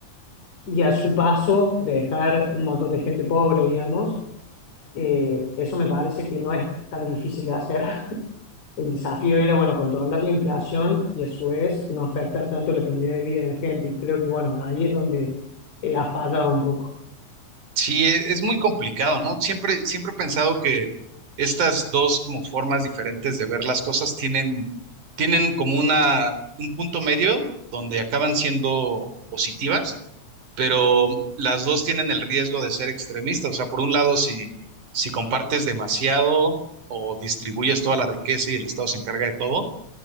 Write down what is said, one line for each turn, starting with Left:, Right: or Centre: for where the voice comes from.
Left: y a su paso dejar un montón de gente pobre, digamos. Eh, eso me parece que no es tan difícil de hacer. <laughs> El desafío era, bueno, controlar la inflación y a su vez no afectar tanto la calidad de vida de la gente. Y creo que, bueno, ahí es donde eh, ha fallado un poco.
Right: Sí, e- es muy complicado, ¿no? Siempre, siempre he pensado que estas dos como formas diferentes de ver las cosas tienen, tienen como una, un punto medio donde acaban siendo positivas, pero las dos tienen el riesgo de ser extremistas. O sea, por un lado, si, si compartes demasiado o distribuyes toda la riqueza y el Estado se encarga de todo,